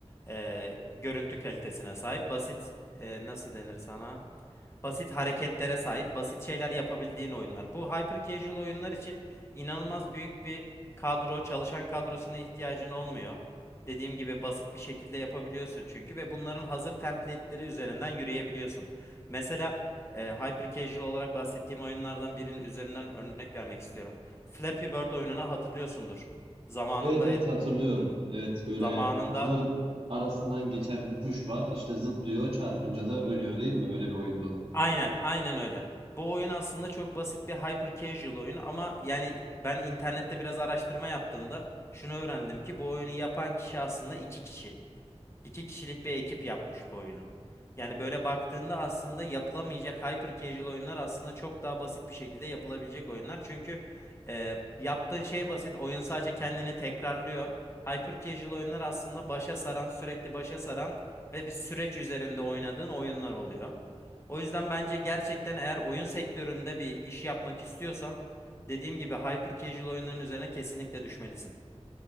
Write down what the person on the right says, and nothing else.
Evet evet
hatırlıyorum. Evet böyle
kutuların arasından geçen bir kuş var. İşte zıplıyor, çarpınca da ölüyor değil mi? Öyle bir oyundu